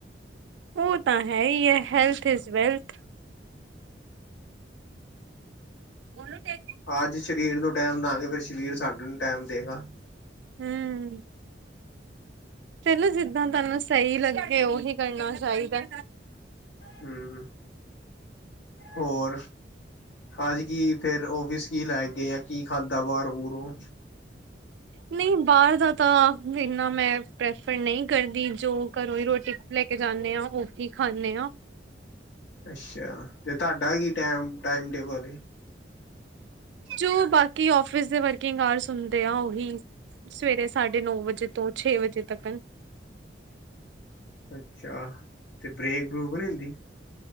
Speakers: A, on the right; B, on the left.
A: ਉਹ ਤਾਂ ਹੈ ਹੀ ਹੈ ਹੈਲਥ ਇਜ਼ ਵੈਲਥ। ਉਹਨੂੰ ਤੇ
B: ਅੱਜ ਸ਼ਰੀਰ ਨੂੰ ਟੈਮ ਦਾਂਗੇ ਫੇਰ ਸਰੀਰ ਸਾਡੇ ਨੂੰ ਟੈਮ ਦੇਗਾ।
A: ਹਮ। ਚਲੋ ਜਿੱਦਾਂ ਤੁਹਾਨੂੰ ਸਹੀ ਲੱਗੇ ਉਹੀ ਕਰਨਾ ਚਾਹੀਦਾ।
B: ਹਮ ਹੋਰ? ਅੱਜ ਕੀ ਫੇਰ ਫਿਸ ਕੀ ਲੈ ਗ? ਗ ਆ ਕੀ ਖਾਧਾ ਬਾਹਰ ਬਰੋਂ?
A: ਨਹੀਂ, ਬਾਹਰ ਦਾ ਤਾਂ ਇਨਾ ਮੈਂ ਪ੍ਰੈਫਰ ਨਹੀਂ ਕਰਦੀ। ਜੋ ਘਰੋਂ ਹੀ ਰੋਟੀ ਲੈ ਕੇ ਜਾਂਦੇ ਹਾਂ ਉਹੀ ਖਾਂਦੇ ਹਾ।
B: ਅੱਛਾ! ਤੇ ਤੁਹਾਡਾ ਕੀ ਟਾਈ ਟਾਈਮ ਟੇਬਲ
A: ਜੋ ਬਾਕੀ ਆਫਿਸ ਦੇ ਵਰਕਿੰਗ ਆਰਸ ਹੁੰਦੇ ਆ। ਓਹੀ ਸਵੇਰੇ ਸਾਡੇ ਨੋ ਵਜੇ ਤੋਂ ਛੇ ਵਜੇ ਤਕ।
B: ਅੱਛਾ! ਅਤੇ ਬਰੇਕ ਬਰੂਕ ਨਹੀਂ ਹੁੰਦੀ